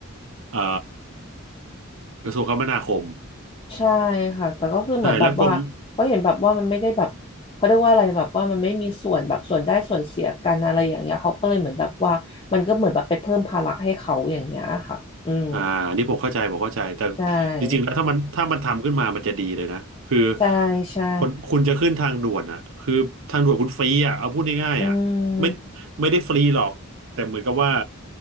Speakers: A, on the right (about 65°); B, on the left (about 25°).
A: เอ่อกระทรวงคมนาคม
B: ใช่ค่ะแต่ก็คือเหมือนแบบว่าเขาเห็นแบบว่ามันไม่ได้แบบเขาเรียกว่าอะไรแบบว่ามันไม่มีส่วนแบบส่วนได้ส่วนเสียกันอะไรอย่างเงี้ยเขาก็เลยเหมือนแบบว่ามันก็เหมือนแบบไปเพิ่มภาระให้เขาอย่างเงี้ยค่ะอืม
A: ใช่แล้วกรม อ่าอันนี้ผมเข้าใจผมเข้าใจแต่
B: ใช่
A: จริงๆแล้วถ้ามันถ้ามันทำขึ้นมามันจะดีเลยนะคือ
B: ใช่ใช่
A: คนคุณจะขึ้นทางด่วนอ่ะคือทางด่วนคุณฟรีอ่ะเอาพูดง่ายๆอ่ะไม่
B: อืม
A: ไม่ได้ฟรีหรอกแต่เหมือนกับว่า